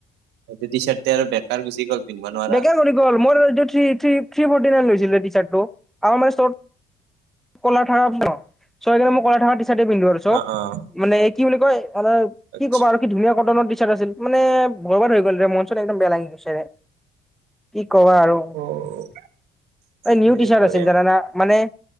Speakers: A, on the right (about 80°); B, in the centre.
A: সেই টি চাৰ্টতে আৰু বেকাৰ গুচি গ'ল। পিন্ধিব নোৱাৰা
B: বেকাৰ কৰি গ'ল মোৰটো থি থি ফটি নাইন লৈছিলে টিচাৰটো আমাৰে। কলাৰ খাৰ চয়ই মই কলাৰ থীকা টি চাৰটে পিন্ধো আৰু। চব।
A: অ', অ'।
B: মানে কি বুলি কয় আ
A: আচ্ছা
B: কি ক'বা আৰু। ধুনীয়া কটনৰ টিচাৰ আছিল মানে ভৰবাৰ হৈ গ'লৰে মন চন একদম বেয়া লাগি গৈছেৰে। কি কবা আৰু এই
A: অ' সেইটোৰে
B: নিউ টিচাৰ আছিল জানানা মানে